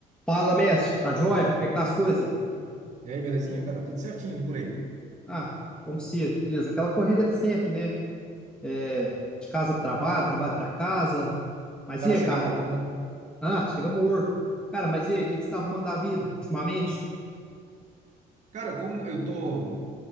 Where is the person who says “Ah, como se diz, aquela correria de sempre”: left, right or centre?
Centre